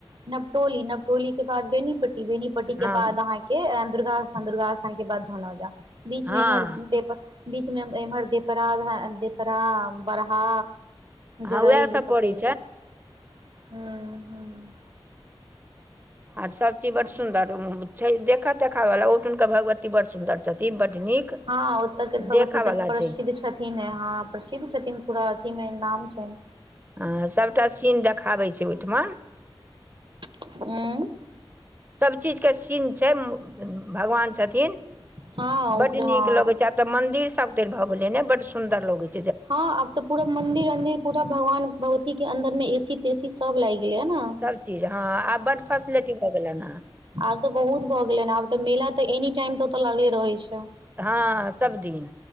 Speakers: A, on the right; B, on the right.
A: नबटोली नबटोली के बाद बेनीपट्टी बेनी पट्टी
B: हँ
A: के बाद अहाँ के दुर्गा स्थान दुर्गा स्थान के बाद धनौजा बीच
B: हँ
A: मे इम्हर दे बीच मे इम्हर देपरा देपरा बड़हा
B: हँ
A: जरैल
B: उएह सब
A: ई सभ
B: पड़ै
A: पड़ि जाइ छै ह ह
B: आर सब चीज बड़
A: आ
B: सुन्दर छै देखत देखावला ओहठुमक भगवती बड़ सुन्दर छथिन बड नीक
A: हँ ओत के भगवती
B: देखऽ वाला
A: त प्रसिद्ध
B: छै
A: छथिन ह हँ प्रसिद्ध छथिन पूरा अथीमे नाम छै
B: ह सबटा सीन देखाबे छै ओहिठमा
A: अम्ह
B: सब चीज के सीन छै भगवान छथिन
A: हँ ओकरे
B: बड नीक
A: हँ
B: लगै छै तऽ मंदिर सब तरि भऽ गेले ने बड सुंदर लगै
A: हँ आब त पूरा मंदिर अंदिर पूरा भगवान भगवती के अंन्दर मे ए सी तेसी सब लागि गेले ना
B: सबचीज हँ आब बड्ड फैसिलिटी भऽ गेलै ना
A: आब त बहुत भ गेले ह आब त मेला तऽ एनी टाइम तऽ ओतऽ लगले रहय छै
B: हँ हँ सबदिन